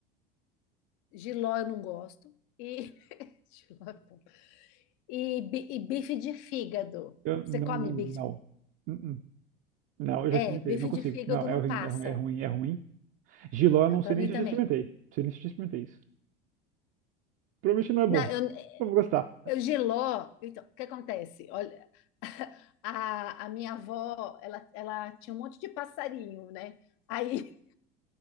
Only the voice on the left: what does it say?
Jiló eu não gosto. E, <laughs> jiló é bom. e, bi- e bife de fígado.
Você come
bife?
É,
bife
de fígado
não
passa.
Não,
para
mim
também.
Não, eu,
eu jiló. Então, o que acontece? Olha, A, a minha avó, ela, ela tinha um monte de passarinho, né? Aí,